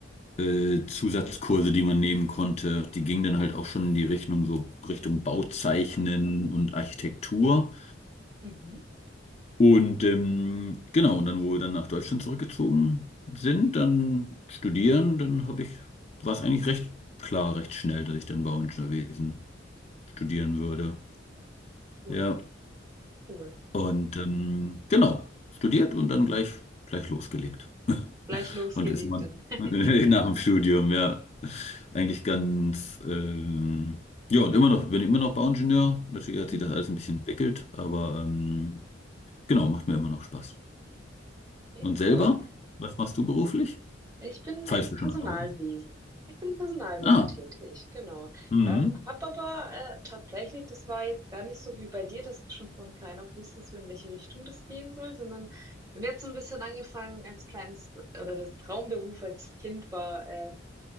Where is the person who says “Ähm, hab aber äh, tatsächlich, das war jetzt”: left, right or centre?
Right